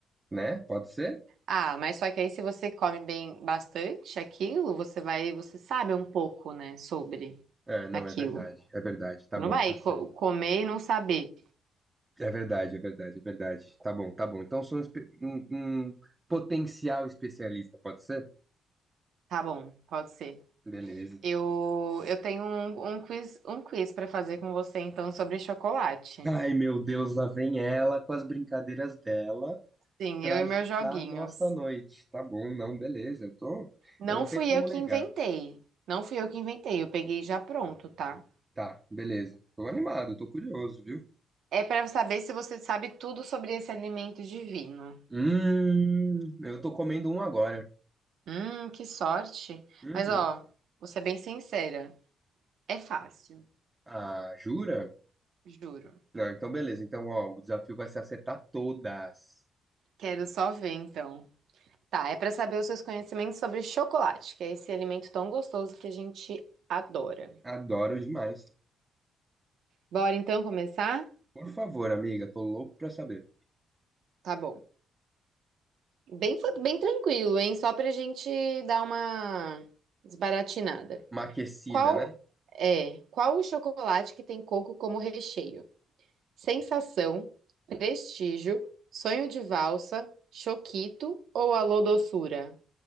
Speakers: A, on the right (about 20°); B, on the right (about 70°).
A: né? Pode ser?
B: Ah, mas só que aí se você come bem bastante aquilo, você vai, você sabe um pouco, né, sobre
A: É, não,
B: aquilo.
A: é verdade. É verdade. Tá
B: Você
A: bom,
B: não vai
A: tá certo.
B: co- comer e não saber.
A: É verdade, é verdade, é verdade. Tá bom, tá bom. Então, sou um, espe- um- um potencial especialista, pode ser?
B: Tá bom, pode ser.
A: Beleza.
B: Eu, eu tenho um, um quiz, um quiz para fazer com você então sobre chocolate.
A: Ai, meu Deus, lá vem ela com as brincadeiras dela.
B: Sim,
A: para
B: eu e
A: agitar
B: meus joguinhos.
A: a nossa noite. Tá bom, não, beleza. Eu tô,
B: Não
A: eu não
B: fui
A: tenho como
B: eu que
A: negar.
B: inventei. Não fui eu que inventei, eu peguei já pronto, tá?
A: Tá, beleza. Tô animado, tô curioso, viu?
B: É para saber se você sabe tudo sobre esse alimento divino.
A: Hum, eu tô comendo um agora.
B: Hum, que sorte.
A: Uhum.
B: Mas ó, vou ser bem sincera. É fácil,
A: Ah, jura?
B: juro.
A: Não, então beleza. Então, ó, o desafio vai ser acertar todas.
B: Quero só ver então. Tá, é pra saber os seus conhecimentos sobre chocolate, que é esse alimento tão gostoso que a gente adora.
A: Adoro demais.
B: Bora então começar?
A: Por favor, amiga, tô louco pra saber.
B: Tá bom. Bem, fa- bem tranquilo, hein? Só pra gente dar uma desbaratinada.
A: Maquecida,
B: Qual
A: né?
B: é? Qual o chocolate que tem coco como recheio? Sensação, Prestígio, Sonho de Valsa, Choquito ou Alô Doçura?